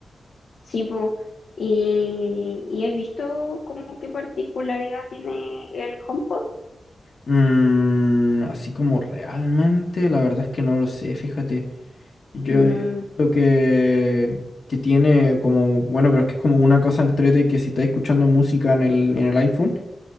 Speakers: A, on the left; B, on the left.
A: Sí, po. Y, y he visto como qué particularidad tiene el HomePod.
B: Mm, así como realmente, la verdad es que no lo sé, fíjate. Yo
A: Mm,
B: creo que, que tiene como, bueno, pero es que es como una cosa entrete que si estáis escuchando música en el, en el iPhone